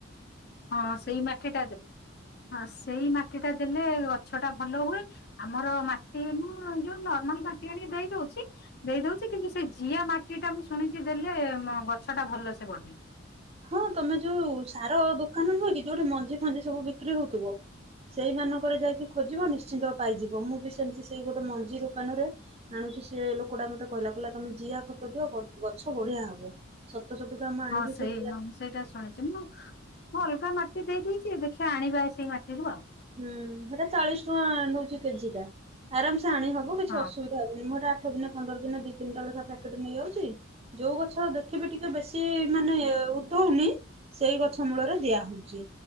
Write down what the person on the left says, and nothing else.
ହଁ ସେଇ ମାଟିଟା ଦେ ହଁ ସେଇ ମାଟିଟା। ଦେଲେ ଗଛ ଟା ଭଲ ହୁଏ ଆମର ମାଟି ମୁଁ ଯୋଉ ନର୍ମାଲ ମାଟି ଆଣି ଦେଇ। ଉଚି ଦେଇଦଉଛି କିନ୍ତୁ ସେ ଜିଆ ମା ମାଟି ଟା ମୁଁ ଶୁଣିଛି ଦେଲେ ମ ଗଛଟା ଭଲ ସେ ବଢେ।
ହଁ ସେଇ
ମୁଁ ସେଇଟା ଶୁଣିଛି ମୁଁ ଅଲଗା ମା ଟି ଦେଇଛି ଦେଖିବା ଆଣିବା ଏ ସେଇ ମାଟିରୁ ଆଉ।
ହଁ